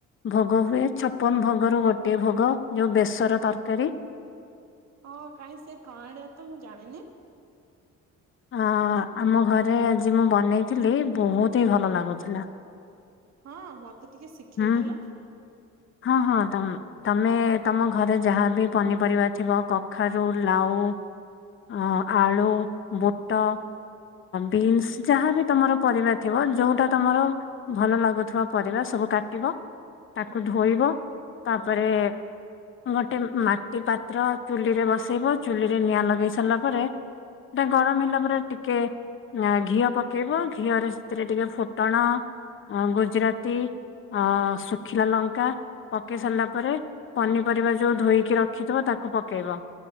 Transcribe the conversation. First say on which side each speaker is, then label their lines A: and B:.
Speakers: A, on the left; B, on the right.
A: ଭୋଗ ହୁଏ ଛପନ ଭୋଗରୁ ଗୋଟିଏ ଭୋଗ, ଯୋଉ ବେସର ତରକାରୀ।
B: ହଁ କାହିଁ ସେ ପ୍ରଣାଣିଆ ତ ମୁଁ ଜାଣିନି।
A: ଅ ଆମ ଘରେ ଆଜି ମୁଁ ବନେଇଥିଲି, ବହୁତ ହିଁ ଭଲ ଲାଗୁଥିଲା।
B: ହଁ ମତେ ଟିକେ ଶିଖେଇଦେଲ।
A: ହୁଁ -ହଁ -ହଁ ତମ ତମେ ତମ ଘରେ ଯାହାବି ପନିପରିବା ଥିବ। କଖାରୁ, ଲାଉ ଅ ଆଳୁ, ବୁଟ, ବିନ୍ସ
B: ହୁଁ
A: ଯାହା ବି ତମର ପରିବା ଥିବ ଯୋଉଟା ତମର ଭଲ ଲାଗୁଥିବା, ପରିବା ସବୁ କାଟିବ। ତାକୁ
B: ହୁଁ
A: ଧୋଇବ। ତାପରେ
B: ହୁଁ
A: ଗୋଟେ ମା ଟି ପାତ୍ର ଚୁଲିରେ ବସେଇବ, ଚୁଲିରେ ନିଆଁ ଲଗେଇ ସାରିଲା ପରେ,
B: ହୁଁ
A: ଗରମ ହେଲା ତାପରେ ଟିକେ ଅ ଘିଅ ପକେଇବ, ଘିଅରେ ସେଥିରେ ଟିକେ ଫୁଟଣ ଅ ଗୁଜୁରାତି ଅ
B: ହୁଁ
A: ଶୁଖିଲା ଲଙ୍କା ପକେଇ ସାରିଲା ପରେ, ପନିପରିବା ଯୋଉ ଧୋଇକି ର ରଖିଥିବ ତାକୁ ପକେଇବ।